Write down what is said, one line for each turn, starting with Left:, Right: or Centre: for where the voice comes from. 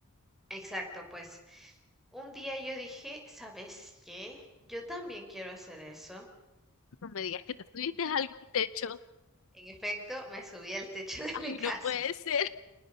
Centre: Exacto, pues un día yo dije, ¿sabes qué? Yo también quiero hacer eso.
Left: No me digas que te subiste a algún techo.
Centre: En efecto, me subí al techo <laughs> de
Left: Ay,
Centre: mi casa.
Left: no puede ser.